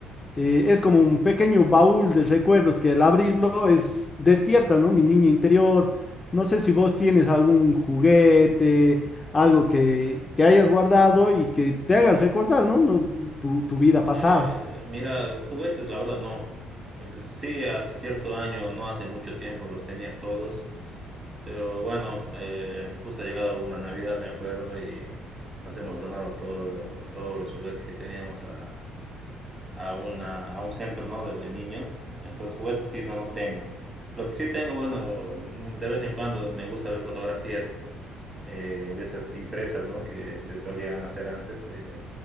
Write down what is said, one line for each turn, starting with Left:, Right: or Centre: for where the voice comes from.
Left: eh, es como un pequeño baúl de recuerdos que al abrirlo es despierta, ¿no? Mi niño interior. No sé si vos tienes algún juguete, algo que, que hayas guardado y que te haga recordar, ¿no? No, tu, tu vida pasada.
Right: Eh, mira, juguetes, la verdad no. El- Sí, hasta cierto año, no hace mucho tiempo los tenía todos, pero bueno, eh, justo ha llegado una Navidad, me acuerdo, y nos hemos donado todo- todos los juguetes que teníamos a, a, una, a un centro, ¿no? de, de niños. Entonces, juguetes sí, no, no tengo. Lo que sí tengo, bueno, mm, de vez en cuando me gusta ver fotografías eh, de esas impresas, ¿no? que se solían hacer antes, eh,